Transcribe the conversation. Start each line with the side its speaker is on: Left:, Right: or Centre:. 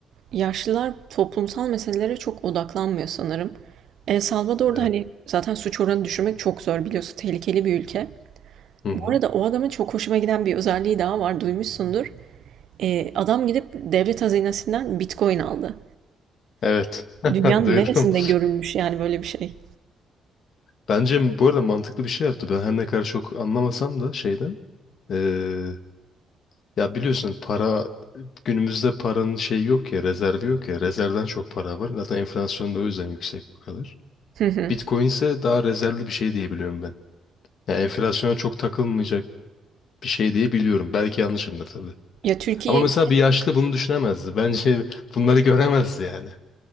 Right: yaşlılar toplumsal meselelere çok odaklanmıyor sanırım. El Salvador'da
Left: Evet.
Right: hani zaten suç oranı düşürmek çok zor biliyorsun. Tehlikeli bir ülke.
Left: Hı hı.
Right: Bu arada o adamın çok hoşuma giden bir özelliği daha var. Duymuşsundur. Ee, adam gidip devlet hazinesinden Bitcoin aldı.
Left: Evet. <laughs>
Right: Dünyanın
Left: Duydum.
Right: neresinde görülmüş yani böyle bir şey?
Left: Bence bu arada mantıklı bir şey yaptı. Ben her ne kadar çok anlamasam da şeyden. e, ya biliyorsun para günümüzde paranın şeyi yok ya rezervi yok ya. Rezervden çok para var. Zaten enflasyon da o yüzden yüksek bu kadar.
Right: Hı hı.
Left: Bitcoin ise daha rezervli bir şey diyebiliyorum ben. Yani enflasyona çok takılmayacak bir şey diye biliyorum. Belki yanlışımdır tabii.
Right: Ya Türkiye
Left: Ama mesela bir yaşlı bunu düşünemezdi. Bence bunları göremezdi yani.